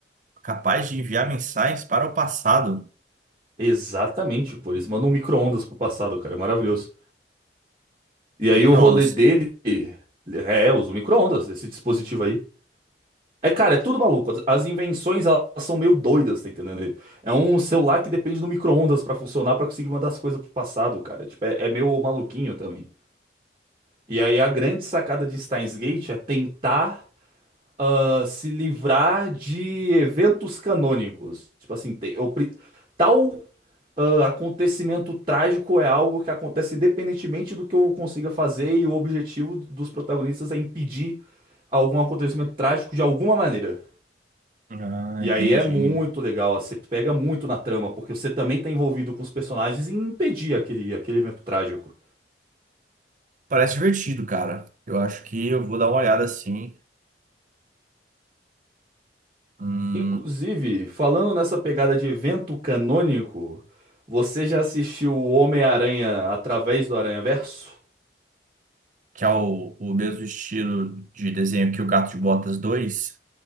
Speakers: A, on the right; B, on the right.
A: é capaz de enviar mensagens para o passado,
B: Exatamente, pô. Eles mandam um micro-ondas pro passado, cara. É maravilhoso. E
A: no
B: aí
A: micro-ondas.
B: o rolê dele é, usa o micro-ondas, esse dispositivo aí. É, cara, é tudo maluco. As as invenções, elas são meio doidas, tá entendendo? É um celular que depende do micro-ondas pra funcionar, pra conseguir mandar as coisas pro passado, cara. Tipo, é, é meio maluquinho também. E aí a grande sacada de Steins Gate é tentar ah, se livrar de eventos canônicos. Tipo assim, tem- eu pre- tal ah, acontecimento trágico é algo que acontece independentemente do que eu consiga fazer, e o objetivo dos protagonistas é impedir algum acontecimento trágico de alguma maneira.
A: Ah,
B: E
A: entendi.
B: aí é muito legal, você pega muito na trama, porque você também tá envolvido com os personagens em impedir aquele, aquele evento trágico.
A: Parece divertido, cara. Eu acho que eu vou dar uma olhada assim. Hum,
B: Inclusive, falando nessa pegada de evento canônico, você já assistiu o Homem-Aranha através do Aranhaverso?
A: que é o, o mesmo estilo de desenho que o Gato de Botas dois